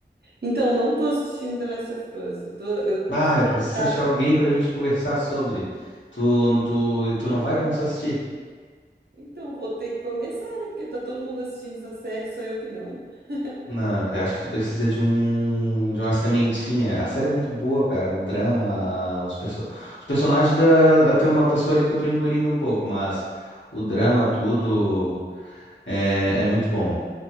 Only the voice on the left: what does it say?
Ah,
eu preciso
achar alguém pra gente conversar sobre, tu, tu, e tu não vai começar a assistir?
Não, eu acho que tu precisa de um, de uma sementinha, a série é muito boa, cara, o drama, os, perso os personagens, da, tem uma pessoa ali que eu tô engolindo um pouco, mas o drama, tudo, é, é muito bom,